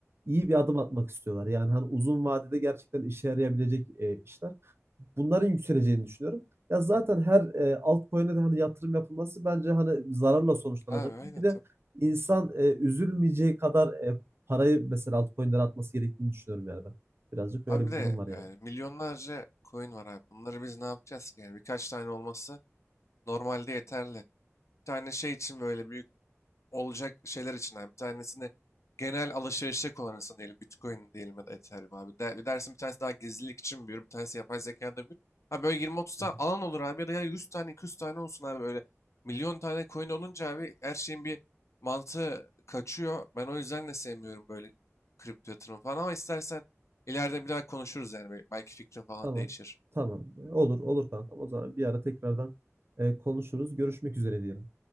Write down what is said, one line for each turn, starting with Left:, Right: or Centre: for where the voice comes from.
Right: iyi bir adım atmak istiyorlar. Yani hani uzun vadede gerçekten işe yarayabilecek e, işler. Bunların yükseleceğini düşünüyorum. Ya zaten her e, altcoin'e de hani yatırım yapılması bence hani zararla sonuçlanacaktır.
Left: Abi aynen
Right: Bir de
Left: tabii.
Right: insan e, üzülmeyeceği kadar e, parayı mesela altcoin'lere atması gerektiğini düşünüyorum yani ben. Birazcık
Left: Abi
Right: öyle
Left: bir
Right: bir
Left: de
Right: durum var
Left: yani
Right: yani.
Left: milyonlarca coin var abi. Bunları biz ne yapacağız ki? Yani birkaç tane olması normalde yeterli. Bir tane şey için böyle büyük olacak şeyler içinden bir tanesini genel alışverişe kullanırsın diyelim. Bitcoin diyelim ya da Ethereum abi. De, bir dersin bir tanesi daha gizlilik için büyür. Bir tanesi yapay zekada büyür. Ha böyle 20-30 tane
Right: Hı hı.
Left: alan olur abi ya da ya 100 tane 200 tane olsun abi böyle. Milyon tane coin olunca abi her şeyin bir mantığı kaçıyor. Ben o yüzden de sevmiyorum böyle kripto yatırımı falan ama istersen ileride bir daha konuşuruz yani. Belki fikrin falan
Right: Tamam.
Left: değişir.
Right: Tamam. Olur, olur kanka. O zaman bir ara tekrardan e, konuşuruz. Görüşmek üzere diyelim.